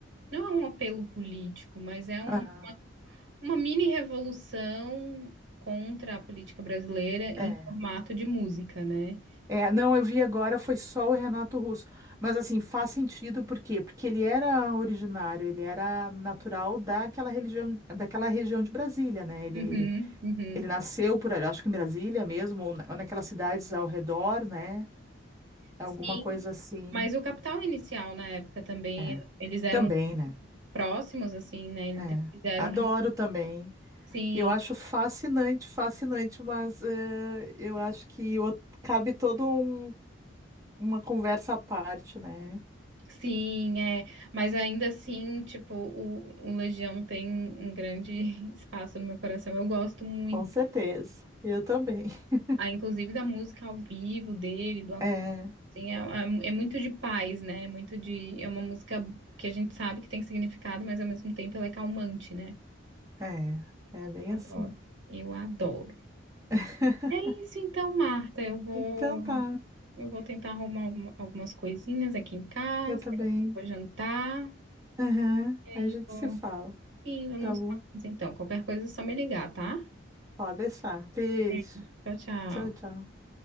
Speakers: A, on the right (about 70°); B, on the right (about 15°).
A: Não é um apelo político, mas é um
B: aham.
A: Uma mini revolução contra a política brasileira
B: É.
A: em formato de música, né?
B: É, não, eu vi agora, foi só o Renato Russo. Mas assim, faz sentido, por quê? Porque ele era originário, ele era natural daquela religião, daquela região de Brasília, né? Ele
A: Uhum, uhum.
B: Ele nasceu por ali, acho que em Brasília mesmo, ou na- ou naquelas cidades ao redor, né? Alguma
A: Sim.
B: coisa assim.
A: Mas o Capital Inicial na época também,
B: É.
A: eles eram
B: Também, né?
A: próximos, assim, né? Então,
B: É.
A: Eles eram.
B: Adoro também.
A: Sim,
B: Eu acho fascinante, fascinante, mas eh, eu acho que o- cabe toda um- uma conversa à parte, né?
A: sim, é. Mas ainda assim, tipo, o, o Legião tem um grande <laughs> espaço no meu coração. Eu gosto muito.
B: Com certeza. Eu também. <laughs>
A: Ah, inclusive da música ao vivo dele, do acú-
B: É,
A: assim, é, é- é muito de paz, né? É muito de, é uma música que a gente sabe que tem significado, mas ao mesmo tempo ela é calmante, né?
B: é, é bem
A: Adoro.
B: assim.
A: Eu adoro.
B: <laughs>
A: É isso então, Marta. Eu vou,
B: Então tá,
A: eu vou tentar arrumar alguma- algumas coisinhas aqui em casa,
B: eu também.
A: vou jantar,
B: Aham,
A: e aí
B: Aí a gente
A: vou.
B: se fala,
A: Sim, vamos
B: tá bom?
A: falar então. Qualquer coisa é só me ligar, tá?
B: Pode deixar. Beijo.
A: Beijo. Tchau, tchau.
B: Tchau, tchau.